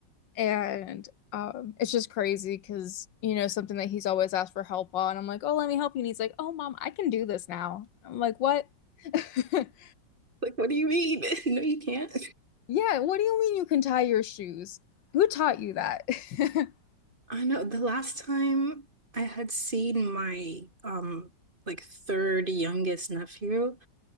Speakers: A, on the left (about 75°); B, on the right (about 30°).
A: And um, it's just crazy because, you know, something that he's always asked for help on. I'm like, oh, let me help you. And he's like, oh, mom, I can do this now. I'm like, what? <laughs>
B: Like, what do you mean? <laughs> No, you can't.
A: Yeah, what do you mean you can tie your shoes? Who taught you that? <laughs>
B: I know the last time I had seen my um like third youngest nephew